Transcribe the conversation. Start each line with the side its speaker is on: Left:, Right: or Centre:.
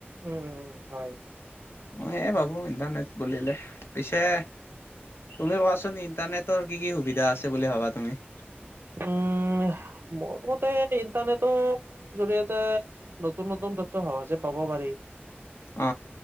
Right: উম উম হয়
Left: মই এহ ভাবো ইণ্টাৰনেট বুলিলে পিছে তুমি কোৱাচোন ইণ্টাৰনেটৰ কি কি সুবিধা আছে বুলি ভাবা তুমি?
Right: উম মোৰ মতে ইণ্টাৰনেটৰ জৰিয়তে নতুন নতুন তথ্য সহজে পাব পাৰি
Left: অ